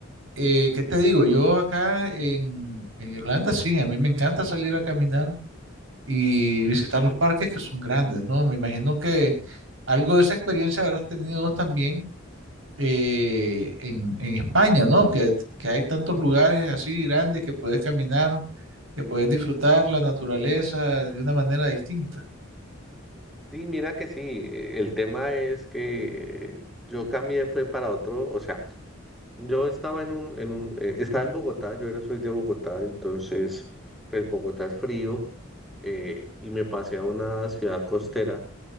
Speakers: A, on the right (about 70°); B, in the centre.
A: eh, ¿qué te digo? Yo acá en, en Irlanda, sí, a mí me encanta salir a caminar y visitar los parques que son grandes, ¿no? Me imagino que algo de esa experiencia habrás tenido también eh, en, en España, ¿no? Que, que hay tantos lugares así grandes que puedes caminar, que puedes disfrutar la naturaleza de una manera distinta.
B: Sí, mira que sí, eh, el tema es que eh, yo cambié fue para otro, o sea, Yo estaba en un, en un, eh, estaba en Bogotá, yo era, soy de Bogotá, entonces, pues Bogotá es frío eh, y me pasé a una ciudad costera.